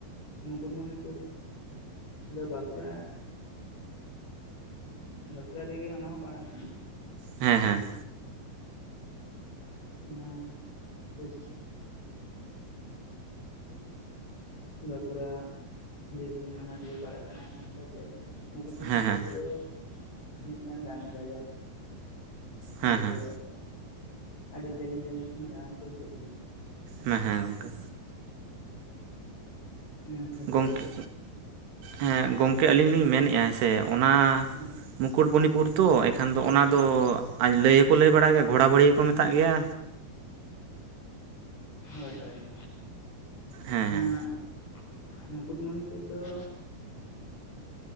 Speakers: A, on the left; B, on the right.
A: ᱢᱩᱠᱩᱴᱢᱩᱱᱤᱯᱩᱨ ᱤᱧ ᱫᱚ ᱵᱟᱸᱠᱩᱲᱟ ᱢᱩᱸ, ᱵᱟᱸᱠᱩᱲᱟ ᱨᱮᱜᱮ ᱚᱱᱟ ᱦᱚᱸ ᱯᱟᱲᱟᱜ ᱠᱟᱱᱟ
B: ᱦᱮᱸ ᱦᱮᱸ
A: ᱚᱱᱟ ᱯᱚᱥ ᱵᱟᱸᱠᱩᱲᱟ ᱰᱤᱵᱷᱤᱡᱚᱱ ᱚᱱᱟ ᱨᱮᱜᱮ ᱯᱟᱲᱟᱜ ᱠᱟᱱᱟ ᱚᱱᱟ ᱥᱟᱶᱛᱮ ᱢᱩᱠᱩᱴᱢᱚᱱᱤᱯᱩᱨ
B: ᱦᱮᱸ ᱦᱮᱸ
A: ᱫᱚ ᱢᱤᱫᱴᱟᱱ ᱫᱟᱬᱟᱱ ᱡᱟᱭᱜᱟ
B: ᱦᱮᱸ
A: ᱚᱸᱰᱮ
B: ᱦᱮᱸ
A: ᱫᱚ ᱟᱹᱰᱤ ᱡᱮᱞᱮᱧ ᱡᱮᱞᱮᱧ ᱠᱷᱚᱱᱟᱜ ᱫᱟᱬᱟᱱ ᱠᱚ ᱦᱤᱡᱩᱜ ᱜᱮᱭᱟ
B: ᱢᱟᱱᱮ ᱦᱮᱸ ᱜᱚᱝᱠᱮ
A: ᱚᱱᱟ ᱥᱟᱶᱛᱮ
B: ᱜᱚᱢᱠᱮ ᱦᱮᱸ ᱜᱚᱝᱠᱮ ᱟᱹᱞᱤᱧ ᱞᱤᱧ ᱢᱮᱱᱮᱜᱼᱟ ᱥᱮ ᱚᱱᱟ
A: ᱦᱳᱭ
B: ᱢᱩᱠᱩᱴᱢᱩᱱᱤᱯᱩᱨ ᱛᱚ ᱮᱱᱠᱷᱟᱱ ᱫᱚ ᱚᱱᱟᱫᱚ ᱞᱟᱹᱭ ᱦᱚᱸᱠᱚ ᱞᱟᱹᱭ ᱵᱟᱲᱟᱭ ᱜᱮᱭᱟ, ᱜᱷᱚᱲᱟᱵᱟᱹᱲᱤ ᱦᱚᱸᱠᱚ ᱢᱮᱛᱟᱜ ᱜᱮᱭᱟ
A: ᱦᱳᱭ ᱦᱳᱭ
B: ᱦᱮᱸ
A: ᱥᱮᱬᱟ
B: ᱦᱮᱸ
A: ᱢᱩᱠᱩᱴᱢᱚᱱᱤᱯᱩᱨ ᱫᱚ ᱩᱸᱜ